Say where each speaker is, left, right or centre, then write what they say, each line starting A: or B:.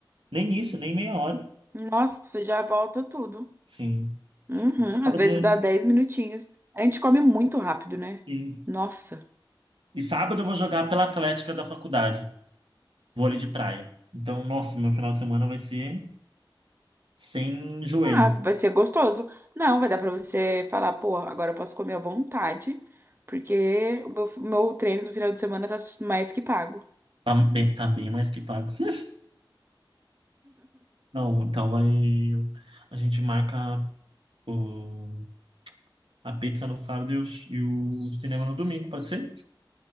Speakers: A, on the right; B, on the right.
A: Nem isso, nem meia hora.
B: Nossa, já volta tudo.
A: Sim.
B: Uhum.
A: Sábado
B: Às vezes
A: eu.
B: dá 10 minutinhos. A gente come muito rápido, né?
A: Sim.
B: Nossa.
A: E sábado eu vou jogar pela Atlética da faculdade. vôlei de praia. Então, nossa, meu final de semana vai ser sem joelho.
B: Ah, vai ser gostoso. Não, vai dar pra você falar, pô, agora eu posso comer à vontade, porque o meu, meu treino do final de semana tá mais que pago.
A: Tá bem, tá bem mais que pago. <laughs> Não, então vai. A gente marca o, a pizza no sábado e o, e o cinema no domingo, pode ser?